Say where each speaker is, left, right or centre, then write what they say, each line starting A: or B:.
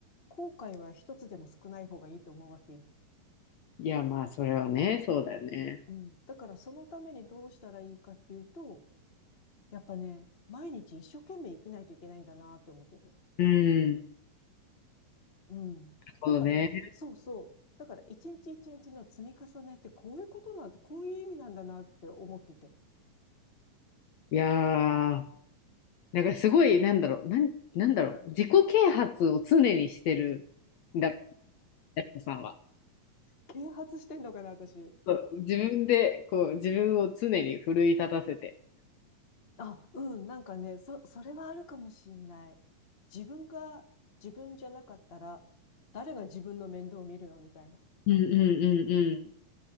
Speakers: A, on the left (about 50°); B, on the left (about 70°).
A: 後悔は一つでも少ない方がいいと思うわけよ。
B: ん。いや、まあ、それはね、そうだよね。
A: うん。だからそのためにどうしたらいいかっていうと、やっぱね、毎日一生懸命生きないといけないんだなって思ってて。
B: うん。なる
A: うん。
B: ほどね。
A: だから、そうそう。だから一日一日の積み重ねってこういうことなんて、こういう意味なんだなって思ってて。
B: いやー、なんかすごい、なんだろう、なん、なんだろう、自己啓発を常にしてるんだ、やす子さんは。
A: 啓発してんのかな、私。
B: そう自分で、こう、自分を常に奮い立たせて。
A: あ、うん、なんかね、そ、それはあるかもしんない。自分が自分じゃなかったら、誰が自分の面倒を見るのみたいな。
B: うんうんうん